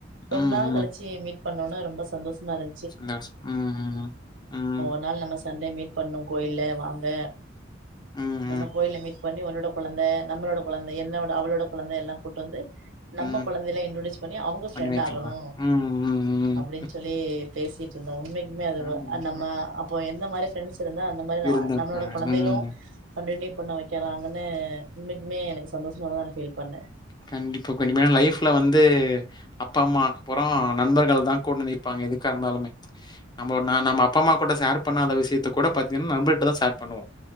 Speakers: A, on the right; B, on the left.
A: ரொம்ப
B: ம்ஹ்ம்.
A: நாள் கழிச்சு மீ பண்ணோனே ரொம்ப சந்தோசமா இரு
B: சந்தோசம் ம் ம் ம் ம்
A: ஒரு நாள் நம்ம சண்டே மீட் பண்ணு கோயில்ல வாங்க
B: ம், ம்,
A: நம்ம
B: ம்.
A: கோயில் மீட் பண்ணி உன்னோட கொழந்த நம்ளோட கொழந்த என்னோட அவளோட கொழந்த எல்லா கூட்டு வந்து நம்ம
B: ம்.
A: கொழந்தைல்லா இன்ட்டிடியூஸ் பண்ணி அவுங்க ஃப்ரெண்ட்
B: பண்ணி வைக்கலாம்
A: ஆகணு
B: ம் ம்
A: அப்டினு சொல்லி பேசிட்ருந்தோ உண்மைக்குமே அதுவ
B: ம்
A: நம்ம அப்போ எந்த மாரி ஃப்ரெண்ட்ஸ் இருந்தா அந்த மாரி ந
B: இருந்திருக்காங்க
A: நம்ளோட கொழந்தைளூ
B: ம்
A: கண்டினியூ பண்ண வைக்கறாங்கனு இன்னைக்குமே எனக்கு சந்தோஷமா தா நா ஃபீல் பண்ண
B: கண்டிப்பா கொஞ்சமா ஏனா லைஃப்ல வந்து அப்பா அம்மாக்கப்றோ நண்பர்கள் தா கூட நிப்பாங்க எதுக்காருந்தாலுமே நம்ம நம்ப அப்பா அம்மா கூட ஷேர் பண்ணாத விஷயத்த கூட பாத்தீங்னா நம்பர்ட்டதா ஷேர் பண்ணுவோ